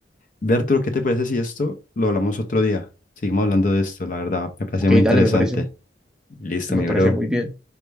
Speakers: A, on the left (about 45°); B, in the centre.
A: Ve, Arturo, ¿qué te parece si esto lo hablamos otro día? Seguimos hablando de esto, la verdad, me parece
B: Ok,
A: muy interesante.
B: dale, me parece,
A: Listo,
B: me
A: mi
B: parece
A: bro.
B: muy bien.